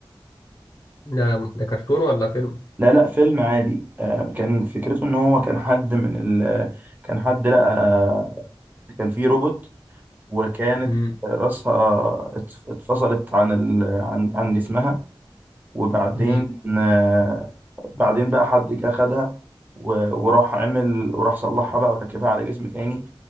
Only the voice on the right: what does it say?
لا لا فيلم عادي آه، كان فكرته ان هو كان حد من ال... كان حد لقى كان في روبوت وكانت
راسها اتف- اتفصلت عن ال... عن عن جسمها وبعدين
آه، بعدين بقى حد جه خدها و- وراح عمل وراح صلحها بقى وركبها على جسم تاني